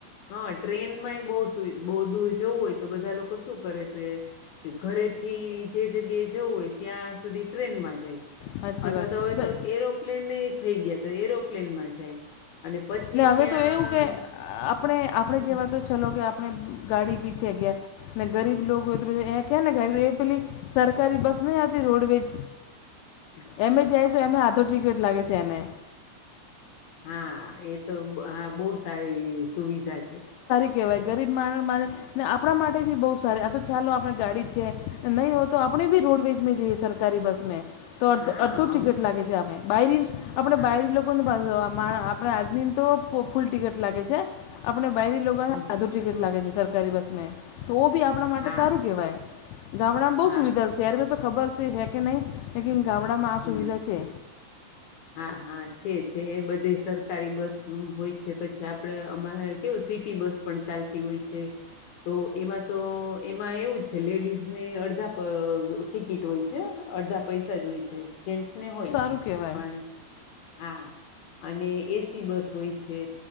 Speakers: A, on the left; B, on the left.
A: હા. ટ્રેનમાં એ બહુ સુ બહુ દૂર જવું હોય તો બધા લોકો શું કરે ટ્રે કે ઘરેથી જે જગ્યાએ જવું હોય ત્યાં સુધી ટ્રેનમાં જાય.
B: સાચી
A: અથવા
B: વાત
A: તો હવે તો એરોપ્લેન ને ઈ ગયા તો એરોપ્લેનમાં જાય. અને પછી
B: ને હવે
A: ત્યાં
B: તો એવું કે આપડે આપણે
A: હમ
B: જેવા તો. ચલો કે આપડે ગાડી પી છેે ગયા. ને ગરીબ લોકો હોય તો પેલી એ કે ને ગ એ પેલી સરકારી બસ નહી આવતી રોડવેજ.
A: હ.
B: એમે જાયશો એમ આથો ટિકટ લાગે છે એને.
A: હા એ તો હા બહુ સારી સુવિધા છે.
B: કેવાય ગરીબ <unintelligible> ને આપણા માટે બી બહુ સારી આ તો ચાલો આપણે ગાડી છે નહીં હોય તો આપણે બી રોડવેજ જઈએ સર કારી બસ મે. તો અડધ
A: હા
B: અડધું ટિકિટ
A: અમ
B: લાગે છે આપણે બરી આપણે
A: હા
B: બહરી લોકોને પાંધ આપણે આદમી. તો ફૂલ ટિકટ લાગે છે આપણે બાયરી લોક
A: હમ
B: ટિકિટ લાગે છે સરકારી બસ મેં તો બી આપણા માટે
A: હા
B: સારું કેહેવાય. ગામડામાં બહુ
A: હા
B: સુવિધા શહેરમાં તો ખબર છે હે કે નહીં લેકિન ગામડામાં આ
A: હમ
B: સુવિધા છે.
A: હા હા છે છે એ બધે સરકારી બસનું હોય છે પછી આપડે અમારે. કેવું સિટી બસ પણ ચાલતી હોય છે. તો એમાં તો એમાં એવું છે લેડીઝ ને અડધા ટિકિટ હોય છે. અડધા પૈસા જ હોય છે જેન્ટ્સને હોય.
B: હું કેવાય
A: પણ હા અને એ સી બસ હોય છે.